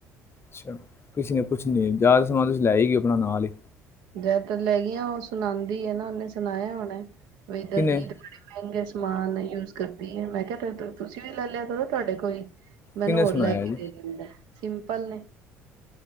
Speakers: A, on the left; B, on the right.
A: ਅੱਛਾ ਕਿਸੇ ਨੇ ਕੁਛ ਨੀ ਜ਼ਿਆਦਾ ਸਮਾਨ ਤੁਸੀਂ ਲੈ ਹੀ ਗ ਆਪਣਾ ਨਾਲ ਹੀ
B: ਜਿਆਦਾਤਰ ਲੈ ਗਈਆਂ ਉਹ ਸੁਣਾਉਂਦੀ ਨਾ ਉਹਨੇ ਸੁਣਾਇਆ ਹੁਨ ਬੇਈ ਦਿਲਜੀਤ
A: ਕਿਨੇ
B: ਬੜੇ ਮਹਿੰਗੇ ਸੂਟ ਸਮਾਨ ਯੂਜ ਕਰਦੀ ਹੈ ਮੈਂ ਕਿਹਾ ਤੁਸੀਂ ਵੀ ਲੈ ਲਿਆ ਕਰ ਨਾ ਤੁਹਾਡੇ ਕੋਲ ਮੈਨੂੰ
A: ਕਿਨੇ
B: ਹੋਰ
A: ਸੁਣਾਇਆ
B: ਲੈ ਕੇ
A: ਜੀ
B: ਦੇ ਦਿੰਦਾ ਸਿੰਪਲ ਨੇ